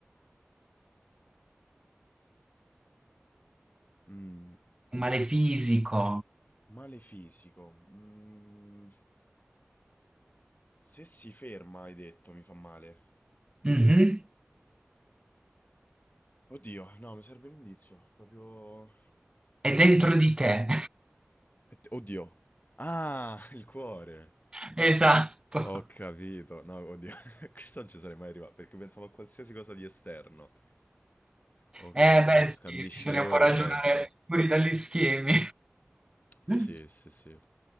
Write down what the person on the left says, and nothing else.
Mm.
Male fisico. Mm, se si ferma, hai detto, mi fa male.
Oddio, no, mi serve l'indizio. Proprio...
E te- Oddio. Ah, <laughs> il cuore.
Ho capito. No, oddio. <laughs> Questo non ci sarei mai arrivato perché pensavo a qualsiasi cosa di esterno. Ok,
ho capito.
Scandisce
le ore,
certo.
Sì,
sì, sì.